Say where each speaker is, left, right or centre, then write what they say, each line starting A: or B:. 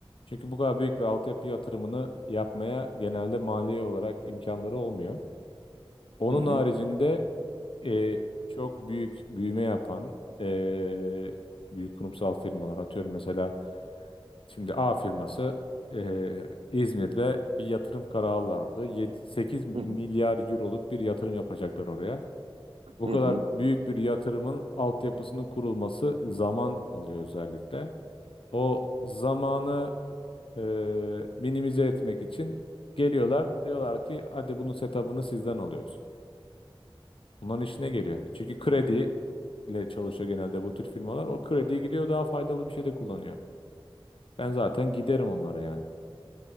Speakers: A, on the left; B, on the right.
A: Çünkü bu kadar büyük bir altyapı yatırımını yapmaya genelde maliye olarak imkanları olmuyor. Onun
B: Hı hı.
A: haricinde e, çok büyük büyüme yapan e, büyük kurumsal firmalar atıyorum mesela şimdi A firması e, İzmir'de bir yatırım kararı aldı. 7, 8 milyar
B: Hı hı.
A: euroluk bir yatırım yapacaklar oraya. Bu
B: Hı
A: kadar
B: hı.
A: büyük bir yatırımın altyapısının kurulması zaman alıyor özellikle. O zamanı e, minimize etmek için geliyorlar diyorlar ki hadi bunun setup'ını sizden alıyoruz. Bunların işine geliyor. Çünkü krediyle çalışıyor genelde bu tür firmalar. O krediye gidiyor daha faydalı bir şey de kullanıyor. Ben zaten giderim onlara yani.